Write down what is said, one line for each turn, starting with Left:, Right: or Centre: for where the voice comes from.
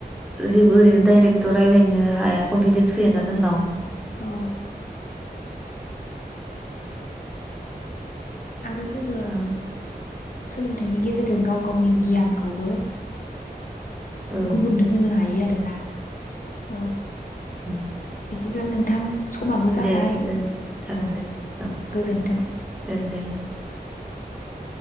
Centre: जेबो ओरैनो डायरेक्ट' थ राय्लायनो हाया कनफिदेन्स फैयाना
Left: औ
Centre: जोंनाव
Left: औ आरो जोङो
Centre: औ
Left: सोलोंथाइनि गेजेरजों गाव गावनि गियानखौबो
Centre: ओं
Left: गुबुननो होनो हायो आरोना औ
Centre: ओं
Left: बिदिब्ला नोंथां समाबो जाबाय
Centre: दे ओं जागोन
Left: औ
Centre: दे औ
Left: गोजोन्थों
Centre: ओं दे